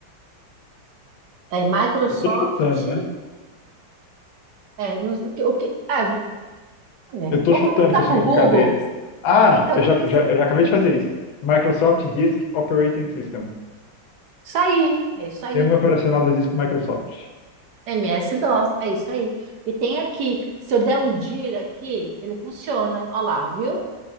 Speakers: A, on the right; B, on the left.
A: É Microsoft.
B: Eu tô chutando, né?
A: É, não- o que, o que- é, É.
B: Eu tô
A: Vamos
B: chutando
A: perguntar
B: que o
A: para
B: significado
A: o Google.
B: é esse. Ah,
A: Então,
B: eu
A: o que
B: já,
A: que... se-
B: já, eu já acabei de fazer isso. Microsoft Disk Operating System.
A: Isso aí, é isso aí.
B: Sistema operacional do disco Microsoft.
A: MS-DOS, é isso aí. E tem aqui, se eu der um dir aqui, ele funciona. Olha lá, viu?